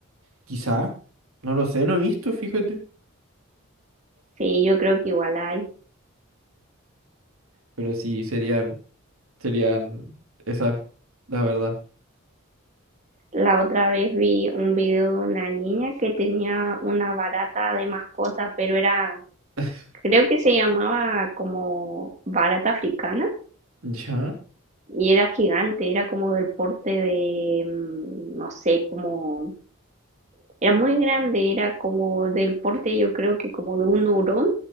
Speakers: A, on the right (about 90°); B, on the right (about 35°).
A: Quizá, no lo sé, no he visto, fíjate,
B: sí, yo creo que igual hay.
A: pero sí serían, serían esas, la verdad.
B: La otra vez vi un video de una niña que tenía una barata de mascota, pero era,
A: <laughs>
B: creo que se llamaba como barata africana
A: ¿Ya?
B: y era gigante, era como del porte de, mm, no sé, como, era muy grande, era como del porte, yo creo que como de un hurón